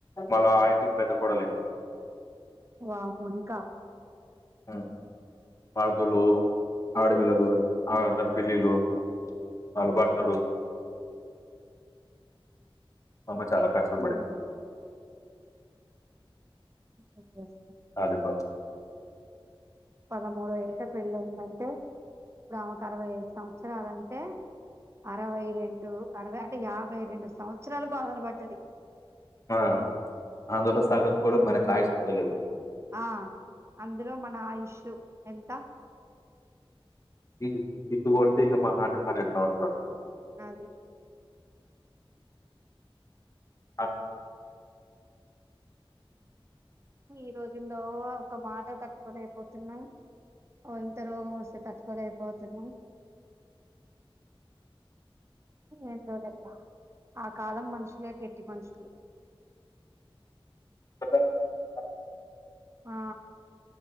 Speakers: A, on the left (about 35°); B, on the right (about 30°).
A: మల్ల ఆ ఇంటికి పెద్ద కోడలు ఈమె
B: వామ్మో ఇంకా
A: ఉమ్ మరదులు ఆడబిడ్డలు వాళ్ళ అందరి పెళ్లిళ్లు వాళ్ళ భర్తలు
B: ఆ!
A: మా అమ్మ చాలా కష్టాలు
B: హ్మ్.
A: పడింది
B: ఏమ్
A: అదిపో
B: పదమూడో ఏట పెళ్లయిందంటే ఇప్పుడమెకు అరవై ఐదు సంవత్సరాలు అంటే అరవై రెండు అరవై అంటే యాభై రెండు సంవత్సరాలు బాధలు పడ్తది
A: ఆ అందులో సగం కూడా మనకు ఆయుష్ ఉందో లేదో
B: ఆ అందులో మన ఆయుష్షు ఎంత
A: ఈ తిప్పు కొడితే ఇంగా మహా అంటే పన్నెండు సంవత్సరాలు
B: అదే
A: ఆ
B: ఈ రోజుల్లో ఒక మాట తట్టుకోలేకపోతున్నాం ఓ ఇంత రోగం వస్తే తట్టుకోలేకపోతున్నాం ఏందో లే అక్క ఆ కాలం మనుషులే గట్టి మనుషులు <inaudible>
A: <inaudible>
B: ఆ